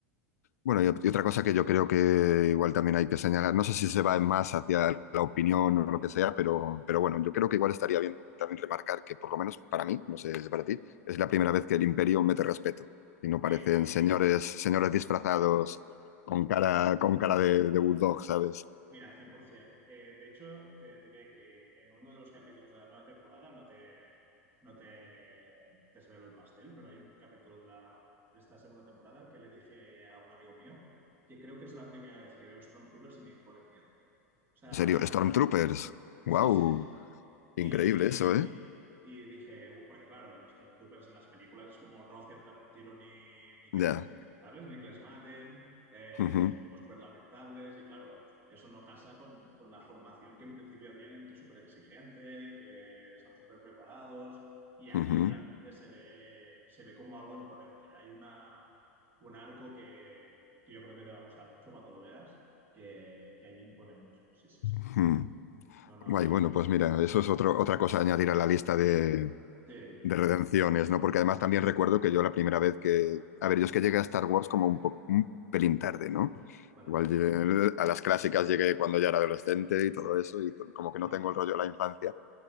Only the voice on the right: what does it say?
Exacto.
Mira, 100%. Eh, de hecho, te diré que en uno de los capítulos de la nueva temporada, no te, no te desvelo el pastel, pero hay un capítulo de, la, de esta segunda temporada que le dije a un amigo mío que creo que es la primera vez que veo Stormtroopers y me imponen miedo. O sea,
sí,
sí. Y,
y dije, "Uh", porque claro, los Stormtroopers en las películas es como no aciertan un tiro ni, ni que
les, ¿sabes? Ni que les maten, eh,
son como súper lamentables y claro, eso no casa con, con la formación que en principio tienen, que es súper exigente, que están súper preparados y aquí
realmente se ve, se ve como algo imponente. Hay una, un arco que, que yo creo que te va a gustar mucho cuando lo veas, que, que ahí impone mucho. Sí, sí,
sí. No, no,
y
sí,
¿vale?
Ajá.